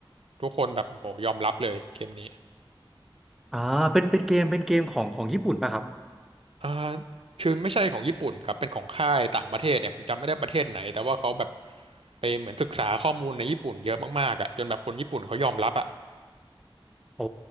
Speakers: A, on the right; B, in the centre.
A: ทุกคนแบบโหยอมรับเลยเกมนี้
B: อ่าเป็นเป็นเกมเป็นเกมของของญี่ปุ่นป่ะครับ
A: อ่าคือไม่ใช่ของญี่ปุ่นครับเป็นของค่ายต่างประเทศเนี่ยผมจำไม่ได้ประเทศไหนแต่ว่าเขาแบบไปเหมือนศึกษาข้อมูลในญี่ปุ่นเยอะมากๆอ่ะจนแบบคนญี่ปุ่นเขายอมรับอ่ะ
B: โอ้